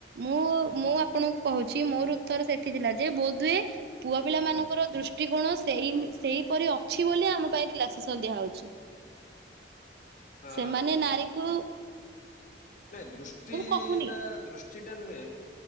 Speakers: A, on the right; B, on the left.
A: ମୁଁ ମୁଁ ଆପଣଙ୍କୁ କହୁଛି ମୋର ଉତ୍ତର ସେଠି ଥିଲା ଯେ ବୋଧହୁଏ ପୁଅ ପିଲା ମାନଙ୍କର ଦୃଷ୍ଟିକୋଣ ସେଇ ସେଇପରି ଅଛି ବୋଲି ଆମ ପାଇଁ ରିଲାକ୍ସେସନ ଦିଆ ହଉଛି।
B: ଅ
A: ସେମାନେ ନାରୀ କୁ
B: ନାଇଁ ଦୃଷ୍ଟି
A: କହୁନି
B: ଟା ଦୃଷ୍ଟି ଟା ନୁହେଁ